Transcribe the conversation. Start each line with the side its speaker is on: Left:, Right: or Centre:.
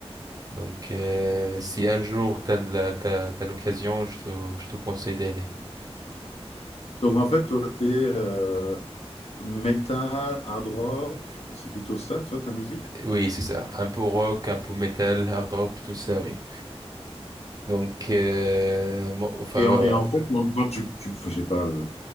Right: Donc, euh, si un jour t'as la- t'as, t'as l'occasion, je te, je te conseille d'aller.
Left: Donc en fait, toi, t'es euh, metal, hard rock, c'est plutôt ça, toi, ta musique?
Right: Oui, c'est ça. Un peu rock, un peu metal, hard rock, tout ça, oui. Donc, euh, mo- enfin,
Left: Et en, et
Right: euh,
Left: en fait, quand quand tu, tu, je sais pas, euh,